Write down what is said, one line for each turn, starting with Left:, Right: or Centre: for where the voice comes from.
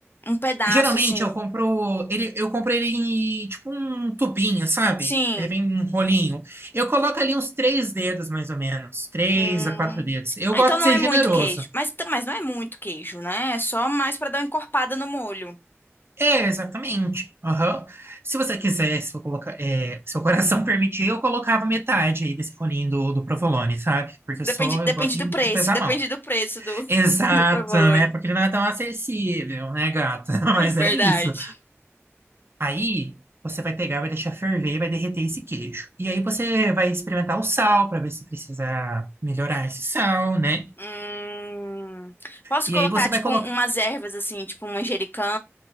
Left: um pedaço,
Right: geralmente
Left: assim?
Right: eu compro ele, eu compro ele em tipo um tubinho, sabe?
Left: Sim.
Right: Ele vem em um rolinho. Eu coloco ali uns três dedos, mais ou menos. Três
Left: Hum.
Right: a quatro dedos. Eu
Left: Ah,
Right: gosto
Left: então não
Right: de ser
Left: é muito
Right: generoso.
Left: queijo. Mas, t- mas não é muito queijo, né? É só mais pra dar uma encorpada no molho.
Right: É, exatamente. Aham. Se você quiser, se eu colocar, é, seu coração <laughs> permitir, eu colocava metade aí desse rolinho do, do provolone, sabe? Porque
Left: Depende,
Right: eu sou, eu
Left: depende
Right: gosto de,
Left: do preço,
Right: de pesar
Left: depende
Right: a mão.
Left: do preço do,
Right: Exato,
Left: <laughs> do provolone.
Right: né? Porque ele não é tão acessível, né, gata? <laughs> Mas é
Left: Verdade.
Right: isso. Aí você vai pegar, vai deixar ferver, e vai derreter esse queijo. E aí você vai experimentar o sal para ver se precisa melhorar esse sal, né?
Left: Hum, posso
Right: E
Left: colocar,
Right: aí você
Left: tipo,
Right: vai colocar.
Left: um, umas ervas, assim, tipo um manjericão,